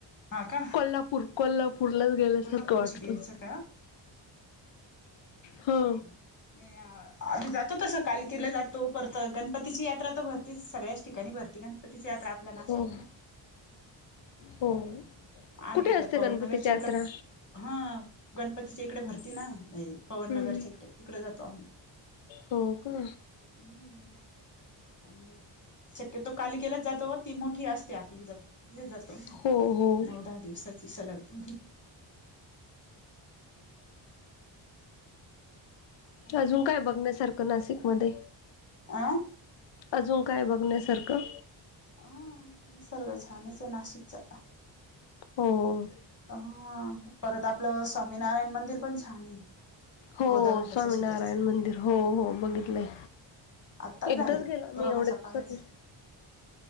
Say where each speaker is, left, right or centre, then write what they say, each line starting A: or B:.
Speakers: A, on the left; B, on the left.
A: हा का.
B: कोल्हापूर कोल्हापूरलाच गेल्यासारखं
A: कोल्हापूरची
B: वाटतं.
A: देवीचं का
B: हा.
A: नाही आम्ही जातो तस कालिकेला जातो परत गणपतीची यात्रा तर भरतिच सगळ्याच ठिकाणी भरती गणपतिची यात्रा आपल्या नाशिक
B: हो
A: मधे
B: हो
A: आहे
B: कुठे
A: इकड
B: असते
A: पवननगरच्या
B: गणपतीची यात्रा?
A: इकड हा गणपतीच्या इकडे भरती ना पवनगरच्या
B: हम्म
A: इकडे तिकडे जातो आम्ही
B: हो का.
A: हम आणि शक्यतो कालीकेलाच जातो ती मोठी असत्या तिकडे जातो तिथेच जातो
B: हो हो.
A: नऊ दहा दिवसाची सलग हॅलो
B: अजून काय हाय बघण्यासारखं नाशिक मध्ये?
A: आ
B: अजून काय हाय बघण्यासारखं?
A: ह निसर्ग छानच हाय नाशिकचा
B: होय.
A: हा परत आपलं स्वामीनारायण मंदिर पण छान आहे.
B: हो
A: गोदा
B: हो
A: घाटाच्या
B: स्वामीनारायण
A: शेजारचं
B: मंदिर हो हो
A: ह
B: बघितलंय.
A: आत्ताच झाले
B: एकदाच गेलो
A: कोरोनाच्या
B: मी येवढ्या दिवसातून
A: काळात